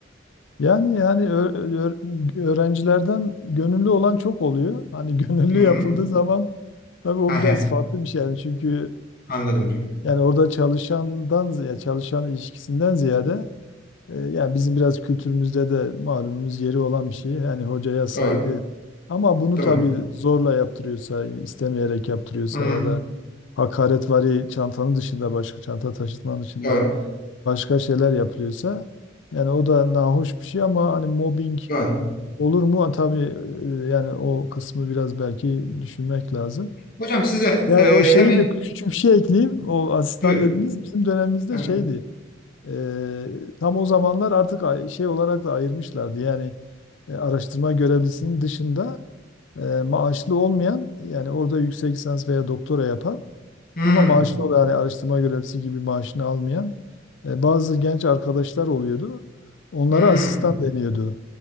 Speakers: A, on the left (about 70°); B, on the left (about 50°).
A: Yani yani ö- ö- öğrencilerden gönüllü olan çok oluyor. Hani <laughs> gönüllü
B: Hı -hı.
A: yapıldığı zaman tabii o
B: Ha,
A: biraz
B: he,
A: farklı bir şey yani çünkü
B: anladım hocam.
A: e, yani orada çalışandan ya çalışan ilişkisinden ziyade E, Yani bizim biraz kültürümüzde de malumunuz yeri olan bir şey. Yani hocaya saygı.
B: Doğru,
A: Ama bunu
B: doğru.
A: tabii zorla yaptırıyorsa, istemeyerek yaptırıyorsa
B: Hı -hı.
A: ya da hakaretvari çantanın dışında başka çanta taşıtmanın dışında
B: Doğru,
A: başka şeyler yapılıyorsa yani o da nahoş bir şey ama hani mobbing
B: doğru.
A: olur mu? Ha, Tabii e, yani o kısmı biraz belki düşünmek lazım.
B: Hocam size
A: Yani
B: e,
A: o şeyi
B: hemen
A: bir küçük bir şey ekleyeyim. O asistan
B: buyurun.
A: dediniz bizim dönemimizde
B: Hı -hı.
A: şeydi. Eee, tam o zamanlar artık ay- şey olarak da ayırmışlardı. Yani e, araştırma görevlisinin dışında e, maaşlı olmayan yani orada yüksek lisans veya doktora yapan
B: Hı
A: ama maaşlı olan yani araştırma görevlisi gibi maaşını almayan e, bazı genç arkadaşlar oluyordu. Onlara
B: hı.
A: asistan deniyordu.